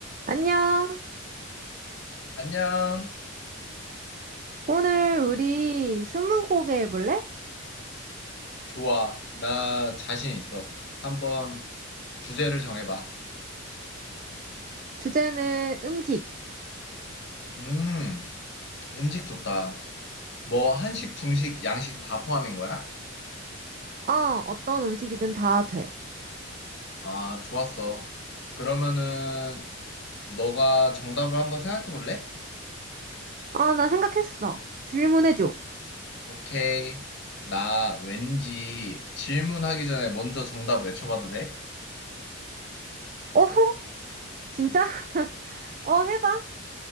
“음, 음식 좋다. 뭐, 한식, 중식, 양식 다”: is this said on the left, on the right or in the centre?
Left